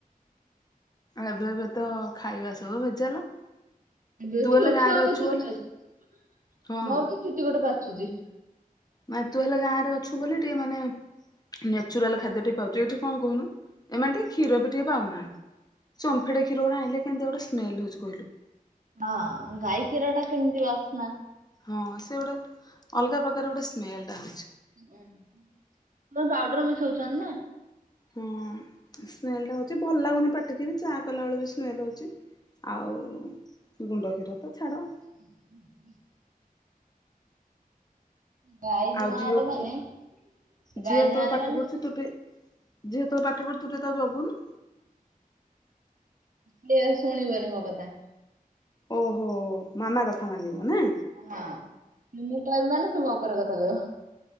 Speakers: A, on the left; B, on the right.
A: ଏବେ ଏବେ ତ ଖାଇବା ସବୁ ଭେଜାଲ।
B: ଏବେ
A: ତୁ
B: ତ
A: ହେଲେ ଗାଁରେ
B: ଛୁଆଙ୍କ
A: ଅଛୁ
B: ଚୁଟି
A: ବୋଲି
B: ପାଚୁଚି।
A: ହଁ
B: ମୋର ତ ଚୁଟି ଗୋଟେ ପାଚୁଚି।
A: ମାନେ ତୁ ହେଲେ ଗାଁ ରେ ଅଛୁ ବୋଲି ଟିକେ ମାନେ ନ୍ୟାଚୁରାଲ ଖାଦ୍ୟ ଟିକେ ପାଉଚୁ ଏଠୁ କଣ କହୁନୁ। ଏମାନେ ଟିକେ କ୍ଷୀର ବି ଟିକେ ପାଉନାହାନ୍ତି। ସେ ଓମ୍ଫେଡ କ୍ଷୀର ଗୁରା ଆଇଲେ କେମିତିଆ ସ୍ମେଲ୍ ହଉଚି କହିଲୁ।
B: ହଁ ଗାଈ କ୍ଷୀର ଟା କେମିତି ବାସ୍ନା।
A: ହଁ ସେ ଗୋଟେ ଅଲଗା ପ୍ରକାର ଗୋଟେ ସ୍ମେଲ ଟା ହଉଛି।
B: ଉଁ ତମେ ପାଉଡର ମିଶଉଚ ନା।
A: ହଁ ସ୍ମେଲ ଟା ହଉଚି ଭଲ ଲାଗୁନି ପାଟିକି ଚା କଲା ବେଳକୁ ବି ସ୍ମେଲ ହଉଚି। ଆଉ ଗୁଣ୍ଡ କ୍ଷୀର ତ ଛାଡ଼।
B: <inaudible> ଗାଈ ଧୂଆଁ
A: ଆଉ ଝିଅକୁ
B: ହେଲାମାନେ ଗାଈ
A: ଝିଅ ଯେତେବେଳେ
B: ଧୂଆଁ ହେଲାମାନେ
A: ପାଠ ପଢୁଛି ତୁ ଟିକେ ଝିଅ ଯେତେଳେ ପାଠ ପଢୁଚି ତୁଟିକେ ତାକୁ ଯଗୁନୁ।
B: ସିଏ ଶୁଣିବନି ମୋକଥା।
A: ଓହୋ ମାମା କଥା ମାନିବନା।
B: ହଁ ମୁଁ କହିବି ମାନେ ସେମୋଉପରେ କଥାକହିବ।